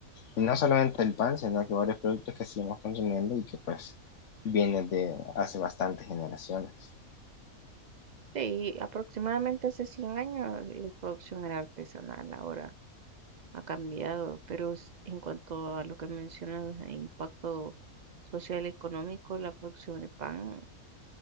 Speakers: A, on the left; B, on the right.
A: Y no solamente el pan, sino que varios productos que seguimos consumiendo y que pues vienen de hace bastantes generaciones.
B: Sí, aproximadamente hace 100 años la producción era artesanal, ahora ha cambiado, pero s- en cuanto a lo que mencionas, de impacto social y económico, la producción de pan